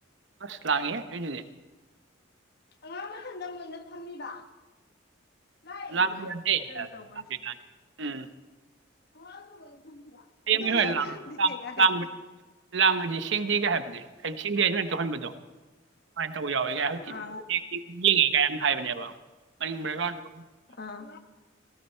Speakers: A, on the right; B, on the left.
A: ꯑꯁ ꯂꯉꯦꯍꯦ ꯍꯩꯅꯗꯦ
B: ꯑꯉꯥꯡ ꯃꯊꯟꯗ ꯃꯣꯏꯅ ꯊꯝꯃꯤꯕ <inaudible> ꯂꯥꯛꯑꯦ
A: ꯂꯥꯡꯕ
B: ꯂꯥꯛꯑꯦ
A: ꯌꯥꯗꯦ
B: ꯀꯩꯅꯣ
A: ꯍꯥꯏꯕ
B: ꯇꯧꯕꯩ
A: ꯑꯗꯩ ꯂꯥꯟꯗ꯭ꯔꯦ ꯎꯝ <inaudible>
B: ꯑꯉꯥꯡꯗꯣ ꯃꯣꯏꯅ ꯊꯝꯃꯤꯕ
A: ꯍꯌꯦꯡꯗꯤ
B: ꯑꯗꯨꯁꯨ
A: ꯁꯣꯏ
B: ꯌꯥꯝ
A: ꯂꯥꯡ
B: ꯉꯥꯡꯗꯦ
A: ꯂꯥꯡ
B: ꯒꯥꯏ ꯍꯥꯏꯗꯣꯛ
A: ꯂꯥꯡꯕ ꯂꯥꯡꯉꯥꯅꯤ ꯁꯦꯡꯗꯤ <inaudible> ꯒꯦ ꯍꯥꯏꯕꯗꯤ ꯑꯩ ꯁꯤꯡꯒꯦ ꯑꯩ ꯁꯨꯃꯥꯏꯅ ꯇꯧꯍꯟꯕꯣꯨꯃꯥꯏꯅ ꯇꯧꯕ ꯌꯥꯎꯋꯦ ꯍꯧꯖꯤꯛ
B: ꯑꯥ
A: ꯆꯦꯛ ꯆꯦꯛꯀꯤꯡ ꯌꯝ ꯌꯦꯡꯉꯦ ꯀꯥꯏ ꯍꯥꯏꯕꯅꯦꯕ ꯃꯅꯤꯜ ꯕꯦꯛꯒ꯭ꯔꯥꯎꯗꯣ <inaudible>
B: ꯑꯥ